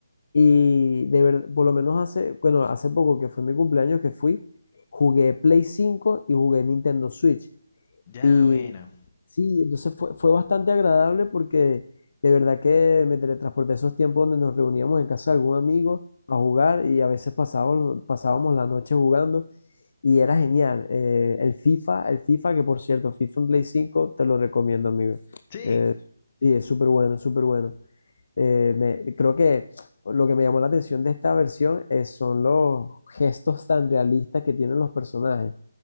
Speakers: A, on the left; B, on the left.
A: Y de verdad, por lo menos hace, bueno, hace poco que fue mi cumpleaños que fui, jugué Play cinco y jugué Nintendo Switch.
B: Ya,
A: Y
B: bueno
A: sí, entonces fue, fue bastante agradable porque de verdad que me teletransporté a esos tiempos donde nos reuníamos en casa de algún amigo a jugar y a veces pasábamos, pasábamos la noche jugando y era genial. Eh, el FIFA, el FIFA, que por cierto, FIFA en Play cinco te lo recomiendo, amigo.
B: Sí,
A: Eh, sí, es súper bueno, súper bueno. Eh, me- creo que lo que me llamó la atención de esta versión es, son los gestos tan realistas que tienen los personajes.